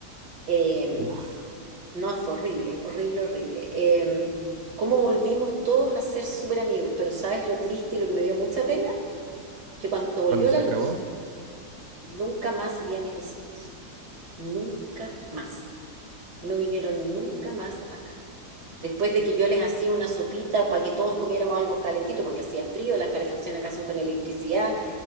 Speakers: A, on the right; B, on the right.
A: Eh,
B: Uf,
A: No, fue horrible, horrible, horrible. Eh, cómo volvimos todos a ser súper amigos, pero ¿sabes lo triste y lo que me dio mucha pena? Que cuando volvió
B: cuando se
A: la
B: acabó,
A: luz, nunca más vi a mis vecinos. Nunca más. No vinieron nunca más acá. Después de que yo les hacía una sopita para que todos comiéramos algo calentito, porque hacía frío, las calefacciones acá son con electricidad